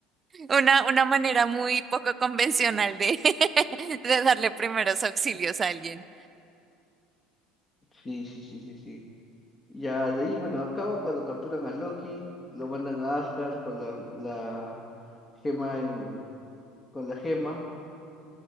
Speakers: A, on the right; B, on the left.
A: Una, una manera muy poco convencional de, <laughs> de darle primeros auxilios a alguien.
B: Sí, sí, sí, sí, sí. Ya de ahí, bueno, acaba cuando capturan a Loki, lo mandan a Asgard con la, la gema en, con la gema.